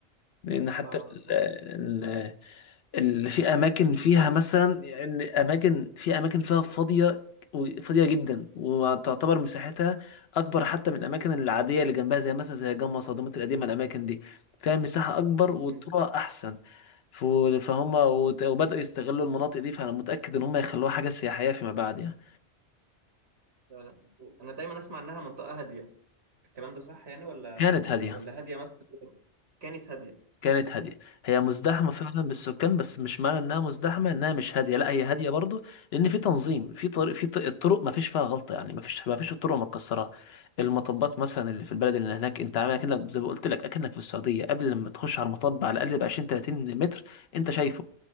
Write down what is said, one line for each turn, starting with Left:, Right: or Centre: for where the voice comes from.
Left: لان حتى
Right: اه
Left: ال-
Right: فعلا
Left: ال- اللي في اماكن فيها مثلا يعني اماكن في اماكن فيها فاضيه فاضيه جدا وتعتبر مساحتها اكبر حتى من الاماكن العاديه اللي جنبها زي مثلا زي جمصة صدمات القديمه الاماكن دي فيها مساحه اكبر والطرق
Right: امم
Left: احسن ف- فهم وت- وبداوا يستغلوا المناطق دي فانا متاكد ان هم يخلوها حاجه سياحيه فيما بعد يعني
Right: فعلا انا دايما اسمع انها منطقه هاديه الكلام ده صح يعني ولا
Left: كانت هاديه
Right: ولا هاديه مثلا كانت هاديه
Left: كانت هادية هي مزدحمة فعلا بالسكان بس مش معنى انها مزدحمة انها مش هادية لا هي هادية برضو لان في تنظيم في طريق في ط- الطرق ما فيش فيها غلطة يعني ما فيش ما فيش الطرق متكسرة المطبات مثلا اللي في البلد اللي هناك انت عامل اكنك زي ما قلت لك اكنك في السعودية قبل لما تخش على المطب على الاقل ب 20 30 متر انت شايفه